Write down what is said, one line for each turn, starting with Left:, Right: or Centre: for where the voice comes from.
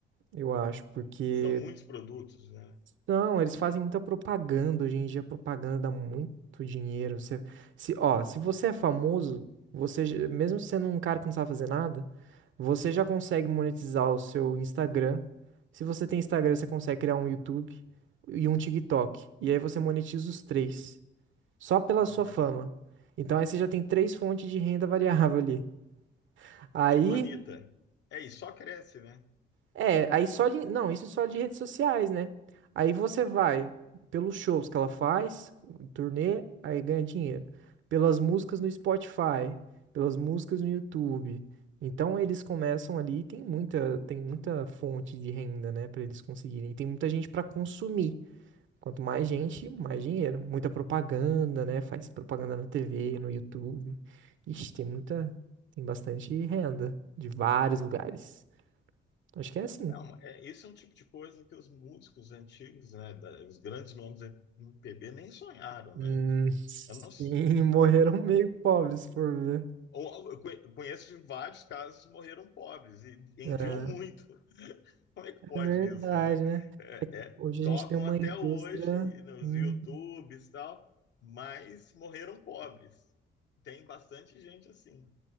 Right: Eu acho, porque
Left: São muitos produtos, né?
Right: Não, eles fazem muita propaganda. Hoje em dia, propaganda dá muito dinheiro. Você, se, ó, se você é famoso, você, já- mesmo sendo um cara que não sabe fazer nada, você já consegue monetizar o seu Instagram. Se você tem Instagram, você consegue criar um YouTube e um TikTok. E aí você monetiza os três, só pela
Left: Nossa.
Right: sua fama. Então aí você já tem três fontes de renda variável ali. Aí
Left: Tipo Anitta. É, e só cresce, né?
Right: É, aí só de. Não, isso só de redes sociais, né? Aí você vai pelos shows que ela faz, turnê, aí ganha dinheiro. Pelas músicas no Spotify, pelas músicas no YouTube. Então eles começam ali, e tem muita, tem muita fonte de renda, né, Pra eles conseguirem. Tem muita gente pra consumir. Quanto mais gente, mais dinheiro. Muita propaganda, né? Faz propaganda na TV, no YouTube. Ixi, tem muita, tem bastante renda de vários lugares. Acho que é assim.
Left: É uma, é, esse é um tipo de coisa que os músicos antigos, né, da- os grandes nomes do MPB nem sonharam,
Right: Hum,
Left: né?
Right: sim,
Left: Eu não, s-
Right: <laughs> morreram meio pobres, por ver.
Left: ou- eu conhe- eu conheço de vários casos que morreram pobres e vendiam
Right: É,
Left: muito. <laughs> Como é que pode
Right: é verdade,
Left: isso, né?
Right: né?
Left: É, é,
Right: Hoje
Left: tocam
Right: a gente tem uma
Left: até
Right: indústria.
Left: hoje nos
Right: Hum,
Left: YouTubes e tal, mas morreram pobres. Tem bastante gente assim,